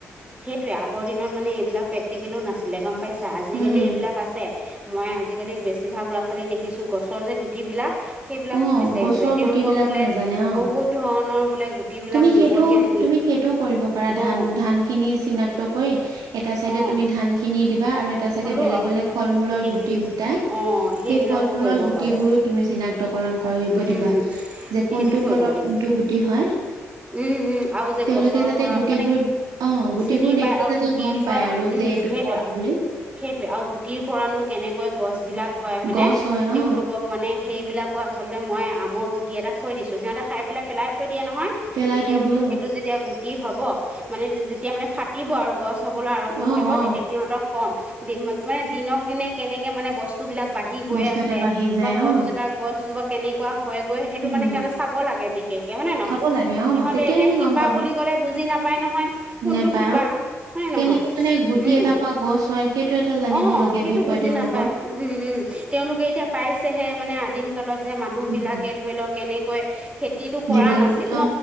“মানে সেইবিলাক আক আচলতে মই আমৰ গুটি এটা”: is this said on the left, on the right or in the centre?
Right